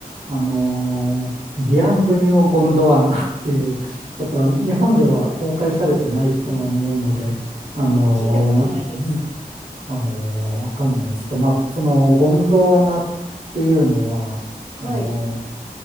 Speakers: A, on the right (about 85°); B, on the right (about 45°).
A: あのービアンブニョ・ゴンドワナっていう、ちょっと日本では公開されてないと思うので、
B: うん。
A: あのーうん
B: 聞いたことないです。
A: あのーわかんないですけど、まあ、そのゴンドワナっていうのは、あの
B: はい。